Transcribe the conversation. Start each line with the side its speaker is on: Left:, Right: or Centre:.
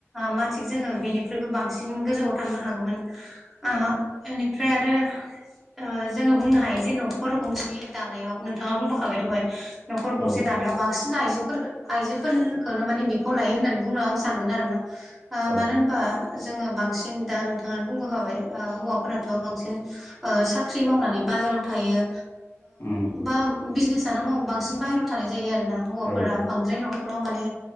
Centre: मा थिक जोङो बिनिख्रइबो बांसिन गोजौआव थांनो हागौमोन बेनिफ्राय आरो आ जोङो बुंनो हायो जे न'खर गंसे दानायाव नोंथाङा बुंबोखाबाय दहाय न'खर
Left: औ
Centre: गंसे दानायाव बांसिन बिसना आइजोफोर आइजोफोरफोरखौनो माने बिफाव लायो होननानै बुंनो आं सानगोन आरो ना आ
Left: औ
Centre: मानो होनबा जोङो बांसिन दा नोंथाङानो बुंबोखाबाय हौवाफोराथ' बांसिन साख्रि साख्रि मावनानै बाहेरायाव थायो
Left: उम
Centre: बा बिजनेसानो माव बांसिन बाहेरायाव थानाय जायो आरो हौवाफोरा
Left: औ
Centre: बांद्राय नख नख'राव माने